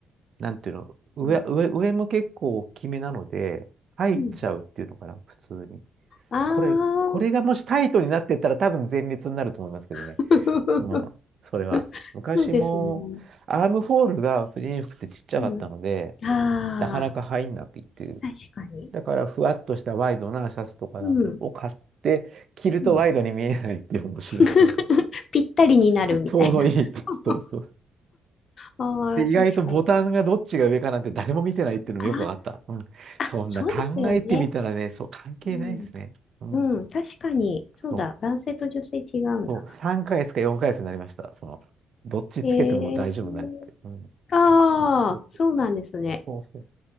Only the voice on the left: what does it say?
うん。
うん。
ああ、
<laughs>
そうですね。
うん。あ
あ、確かに。
うん。
うん。<laughs> ぴったりになるみたいな。
<laughs>
ああ、
確かに。あ
あ、
あ、そうですよね。
うん。
うん、確かに。そうだ。
男性と女性違うんだ。
ええ
ああ、
そうなんですね。